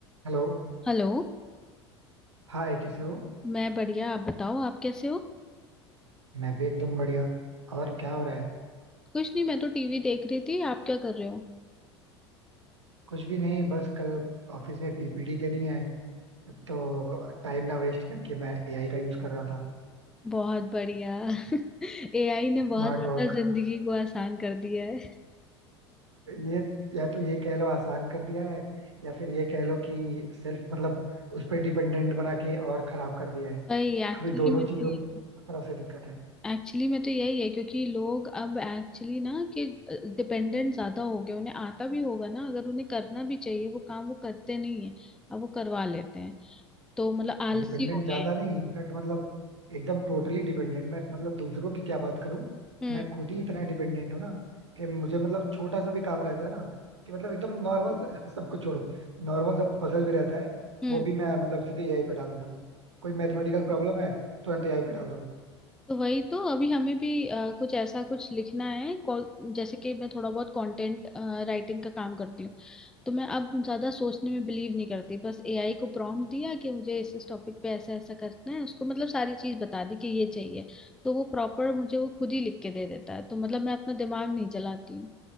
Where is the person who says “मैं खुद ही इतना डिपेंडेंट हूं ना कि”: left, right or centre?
Right